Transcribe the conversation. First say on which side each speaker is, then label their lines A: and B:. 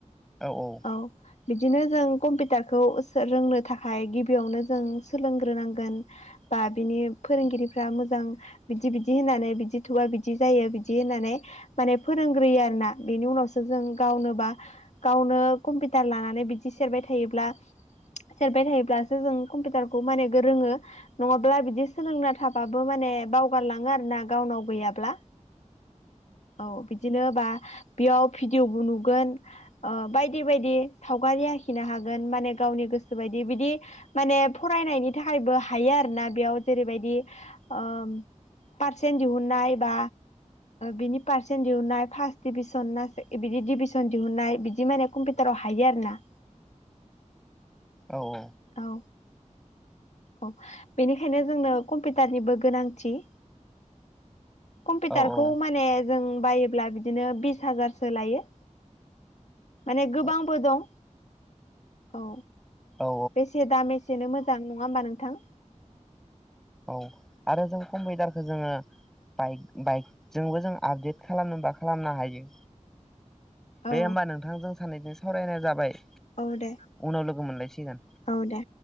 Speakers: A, in the centre; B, on the left.
A: औ औ।
B: औ बिदिनो जों कम्पिउटारखौ रोंनो थाखाय गिबियावनो जों सोलोंग्रोनांगोन बा बिनि फोरोंगिरिफ्रा मोजां बिदि बिदि होनानै बिदि थुबा बिदि जायो बिदि होननानै माने फोरोंग्रोयो आरोना बेनि उनावसो जों गावनोबा गावनो कम्पिउटार लानानै बिदि सेरबाय थायोब्ला सेरबाय थायोब्लासो जों कम्पिउटारखौ माने रोंङो नङाब्ला बिदि सोलोंना थाबाबो माने बावगारलाङो आरो ना गावनाव गैयाब्ला। औ बिदिनो बा बेयाव भिडिअ'बो नुगोन। ओ बायदि बायदि सावगारि आखिनो हागोन माने गावनि गोसो बायदि बिदि माने फरायनायनि थाखायबो हायो आरो ना बेयाव जेरैबायदि ओ पारसेन्ट दिहुननाय बा बिनि पार्सेन्ट दिहुनाय फार्स्ट दिभिसन ना बिदि डिभिसन दिहुननाय बिदि माने कम्पिउटाराव हायो आरो ना।
A: औ औ।
B: औ। औ बेनिखायनो जोंनो कम्पिउटारनिबो गोनांथि। कम्पिउटारखौ
A: औ औ
B: माने जों बायोब्ला बिदिनो बिस हाजारसो लायो। माने गोबांबो
A: औ
B: दं औ।
A: औ
B: बेसे दाम बेसेनो मोजां नङा होमबा नोंथां?
A: औ आरो जों कम्पिउटारखौ जोङो बाइक बाइकजोंबो जों आपडेट खालामनोबा खालामनो हायो। दे
B: औ
A: होमबा नोंथां जों सानैनजों सावरायनाय जाबाय।
B: औ दे
A: उनाव लोगो मोनलायसिगोन
B: औ दे।